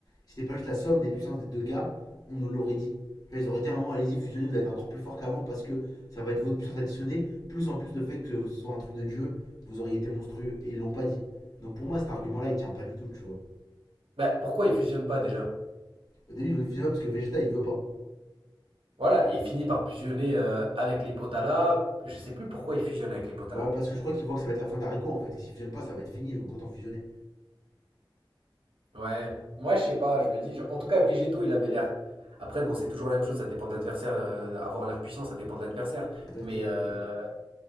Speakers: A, on the left; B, on the right.
A: si c'était pas juste la somme des puissances des deux gars, on nous l'aurait dit. Là, ils auraient dit à un moment, allez-y, fusionnez, vous allez être encore plus fort qu'avant parce que ça va être votre puissance additionnée, plus en plus le fait que ce soit un truc de dieu, vous auriez été monstrueux. Et ils l'ont pas dit. Donc pour moi, cet argument-là, il tient pas du tout, tu vois.
B: bah, pourquoi ils fusionnent pas déjà?
A: Au début, ils veulent fusionner parce que Vegeta, il veut pas.
B: Voilà, et il finit par fusionner euh, avec les Potala. Je sais plus pourquoi il fusionne avec les Potala.
A: Bah, parce que je crois qu'ils voient que ça va être la fin d'Arico en fait. S'ils fusionnent pas, ça va être fini, donc autant fusionner.
B: Ouais, moi je sais pas, je me dis, genre- en tout cas, Végéto, il avait l'air. Après, bon, c'est toujours la même chose, ça dépend de l'adversaire. euh, avoir l'air puissant, ça dépend de l'adversaire.
A: Exactement.
B: Mais euh,